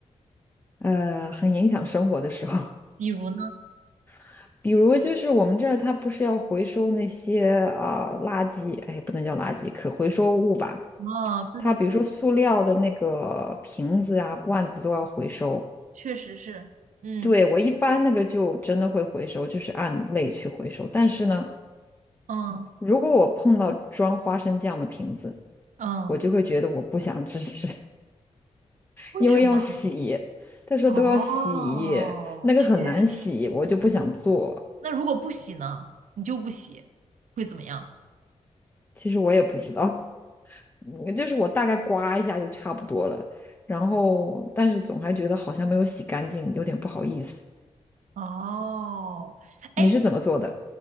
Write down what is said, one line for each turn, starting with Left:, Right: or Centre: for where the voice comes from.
Left: 呃，很影响生活的时候，
Right: 比如呢？
Left: <laughs> 比如就是我们这儿它不是要回收那些啊、垃圾，哎，不能叫垃圾，可回收物吧？
Right: 哦，对对对，
Left: 它比如说塑料的那个瓶子啊、罐子都要回收。
Right: 确实是，嗯
Left: 对，我一般那个就真的会回收，就是按类去回收。但是呢，
Right: 嗯
Left: 如果我碰到装花生酱的瓶子，
Right: 嗯，
Left: 我就会觉得我不想支持。
Right: 为什么？
Left: 因为要洗，他说都要洗，
Right: 哦，
Left: 那个很难洗，
Right: 确实。
Left: 我就不想做。
Right: 那如果不洗呢？你就不洗，会怎么样？
Left: 其实我也不知道，<laughs> 嗯就是我大概刮一下就差不多了，然后但是总还觉得好像没有洗干净，有点不好意思。
Right: 哦，
Left: 你是怎么做的？
Right: 哎，